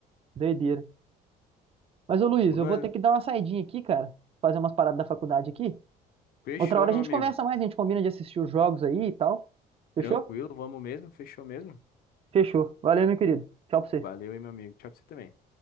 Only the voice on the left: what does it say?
Mano,
fechou,
meu
amigo.
Tranquilo, vamos mesmo? Fechou mesmo?
Valeu aí, meu amigo. Tchau pra você também.